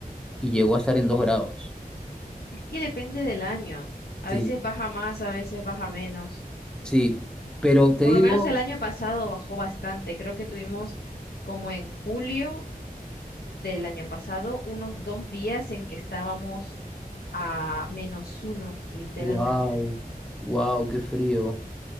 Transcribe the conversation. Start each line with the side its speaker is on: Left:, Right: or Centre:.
Centre: y llegó a estar en dos grados.
Left: Es que depende del año. A
Centre: Sí,
Left: veces baja más, a veces baja menos.
Centre: sí, pero te
Left: Por
Centre: digo,
Left: lo menos el año pasado bajó bastante. Creo que tuvimos como en julio del año pasado unos dos días en que estábamos a menos uno, literalmente.
Centre: wow, wow, qué frío.